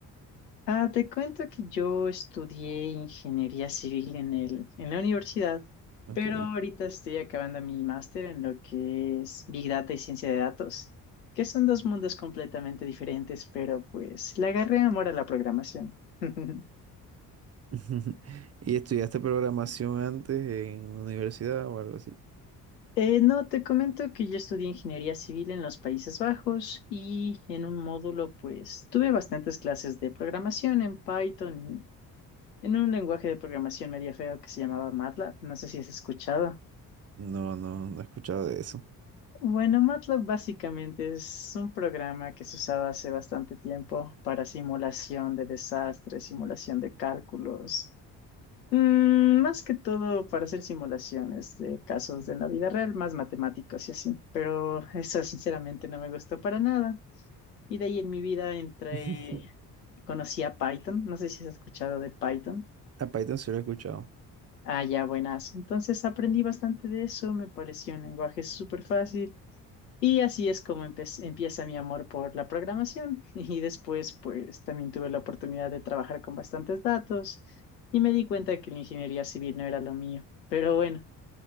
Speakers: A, on the left (about 85°); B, on the right (about 30°).
A: Ah, te cuento que yo estudié ingeniería civil en el, en la universidad,
B: Ok.
A: pero ahorita estoy acabando mi máster en lo que es Big Data y ciencia de datos, que son dos mundos completamente diferentes, pero pues le agarré amor a la programación. <laughs>
B: <laughs> ¿Y estudiaste programación antes en una universidad o algo así?
A: Eh, no, te comento que yo estudié ingeniería civil en los Países Bajos y en un módulo, pues, tuve bastantes clases de programación en Python, en un lenguaje de programación medio feo que se llamaba MATLAB. No sé si has escuchado.
B: No, no, no he escuchado de eso.
A: Bueno, MATLAB básicamente es un programa que se usaba hace bastante tiempo para simulación de desastres, simulación de cálculos. Mm, más que todo para hacer simulaciones de casos de la vida real, más matemáticos y así, pero eso sinceramente no me gustó para nada. Y de ahí en mi vida entré,
B: <laughs>
A: conocí a Python, no sé si has escuchado de Python.
B: A Python sí lo he escuchado.
A: Ah, ya, buenas. Entonces aprendí bastante de eso, me pareció un lenguaje súper fácil y así es como empe- empieza mi amor por la programación. <laughs> Y después, pues también tuve la oportunidad de trabajar con bastantes datos y me di cuenta que la ingeniería civil no era lo mío. Pero bueno,